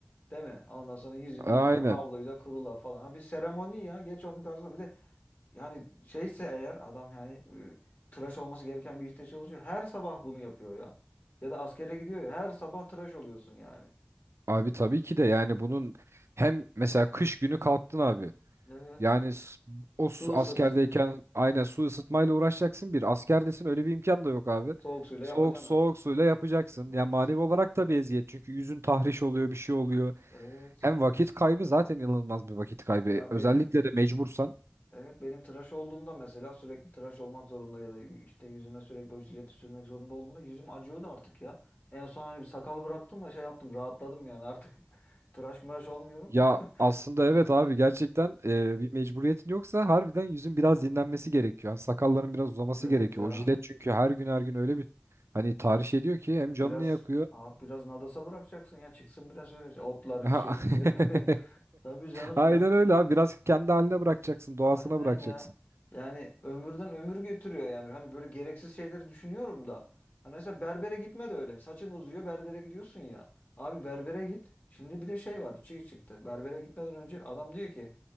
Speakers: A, on the left (about 40°); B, on the right (about 80°).
A: Değil mi? Ondan sonra yüzünü
B: Aynen.
A: yıka, havluyla kurula falan. Ha bir seremoni ya. Geç onun karşısına. Bir de yani şeyse eğer adam yani e, tıraş olması gereken bir işte çalışıyor. Her sabah bunu yapıyor ya. Ya da askere gidiyor ya. Her sabah tıraş oluyorsun yani.
B: Abi tabii ki de yani bunun hem mesela kış günü kalktın abi.
A: Evet.
B: Yani s- o su-
A: Su ısıt.
B: askerdeyken aynen su ısıtmayla uğraşacaksın bir. Askerdesin öyle bir imkan da yok abi.
A: Soğuk suyla
B: Soğuk
A: yapacaksın
B: soğuk
A: artık.
B: suyla yapacaksın.
A: Evet.
B: Yani manevi olarak da bir eziyet. Çünkü yüzün tahriş oluyor bir şey oluyor.
A: Evet.
B: Hem vakit kaybı zaten inanılmaz bir vakit kaybı.
A: Ya
B: Özellikle
A: benim
B: de mecbursan.
A: evet benim tıraş olduğumda mesela sürekli tıraş olmak zorunda ya da işte yüzüme sürekli o jileti sürmek zorunda olduğunda yüzüm acıyordu artık ya. En son hani bir sakal bıraktım da şey yaptım rahatladım yani artık <laughs> tıraş mıraş olmuyorum.
B: Ya
A: <laughs>
B: aslında evet abi gerçekten e, bir mecburiyetin yoksa harbiden yüzün biraz dinlenmesi gerekiyor. Yani sakalların biraz uzaması
A: Evet
B: gerekiyor.
A: ya.
B: O jilet çünkü her gün her gün öyle bir hani tahriş ediyor ki hem canını
A: Biraz
B: yakıyor
A: abi biraz nadasa bırakacaksın ya çıksın biraz öyle şey, otlar
B: ha
A: bir şey.
B: <laughs>
A: <laughs> Tabii canım
B: Aynen
A: ya.
B: öyle abi. Biraz kendi haline bırakacaksın, doğasına
A: Aynen
B: bırakacaksın.
A: ya. Yani ömürden ömür götürüyor yani. Hani böyle gereksiz şeyleri düşünüyorum da. Hani mesela berbere gitme de öyle. Saçın uzuyor berbere gidiyorsun ya. Abi berbere git. Şimdi bir de şey var. Çiğ çıktı. Berbere gitmeden önce adam diyor ki